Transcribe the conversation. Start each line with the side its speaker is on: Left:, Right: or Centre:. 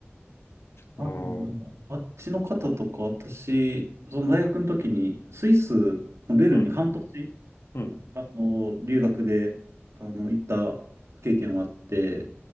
Right: あ、
Left: う。
Right: でもあっちの方とか、
Left: うん、
Right: 私、その大学の時に、スイスのベルンに半年、
Left: うん、うん。
Right: あの、留学で、あの、行った経験もあって、